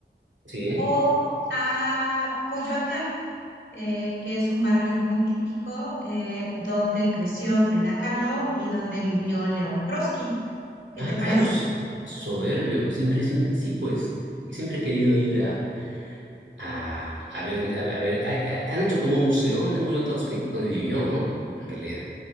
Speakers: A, on the right; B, on the left.
A: sí.
B: o a Coyoacán, eh, que es un barrio muy típico eh, donde creció Frida Kahlo y donde vivió León Trotsky. ¿Qué
A: Ah,
B: te parece?
A: claro, so- soberbio, siempre, siempre- sí, pues, y siempre he querido ir a, a, a ver, a, a ver, a- a- han hecho como un museo donde murió Trotsky, donde vivió, ¿no? En realidad.